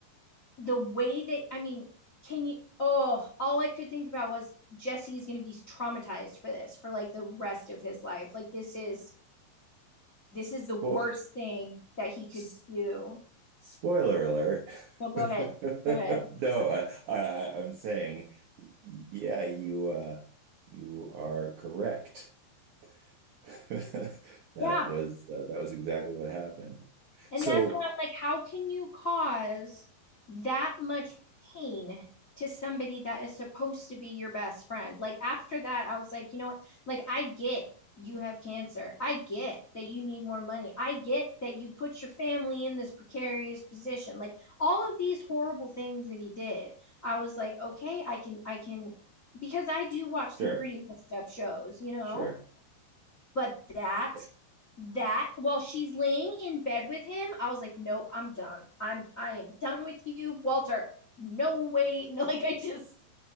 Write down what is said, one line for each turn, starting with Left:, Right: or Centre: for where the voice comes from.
Left: the way that I mean, can you? Oh, all I could think about was Jesse is going to be traumatized for this for like the rest of his life. Like this is this is
Right: Spo-
Left: the worst thing that he could
Right: s-
Left: do.
Right: spoiler alert. <laughs>
Left: No, go ahead.
Right: No,
Left: Go ahead.
Right: I, I, I'm saying, yeah, you, uh, you are correct. <laughs> That
Left: Yeah.
Right: was, uh, that was exactly what happened.
Left: And
Right: So,
Left: that's why I'm like, how can you cause that much pain to somebody that is supposed to be your best friend? Like, after that, I was like, you know what? Like, I get you have cancer. I get that you need more money. I get that you put your family in this precarious position. Like, all of these horrible things that he did, I was like, okay, I can, I can, because I do watch some
Right: Sure,
Left: pretty messed up shows, you know?
Right: sure.
Left: But that
Right: Eh,
Left: that while she's laying in bed with him, I was like, nope, I'm done. I'm I am done with you, Walter. No way. <laughs> No, like I just